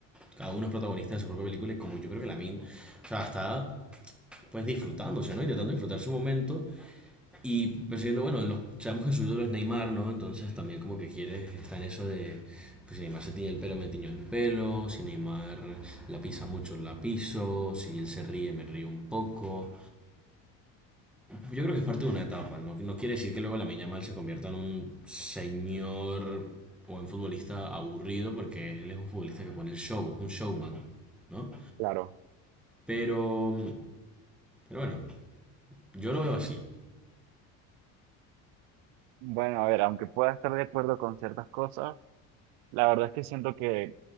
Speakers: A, in the centre; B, on the right (about 90°).
A: Cada uno es protagonista de su propia película y como yo creo que Lamin, o sea, está pues disfrutándose, ¿no? Intentando disfrutar su momento y persiguiendo, bueno, los, sabemos que su ídolo es Neymar, ¿no? Entonces también como que quiere, está en eso de, pues si Neymar se tiñe el pelo, me tiño el pelo, si Neymar la pisa mucho, la piso, si él se ríe, me río un poco. Yo creo que es parte de una etapa, ¿no? No quiere decir que luego la Yamal se convierta en un señor o en futbolista aburrido, porque él es un futbolista que pone el show, es un showman, ¿no?
B: Claro.
A: Pero, pero bueno, yo lo veo así.
B: Bueno, a ver, aunque pueda estar de acuerdo con ciertas cosas, la verdad es que siento que